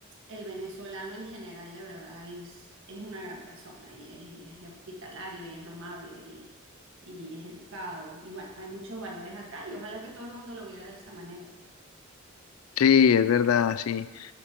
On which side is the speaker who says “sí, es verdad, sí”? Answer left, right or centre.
Left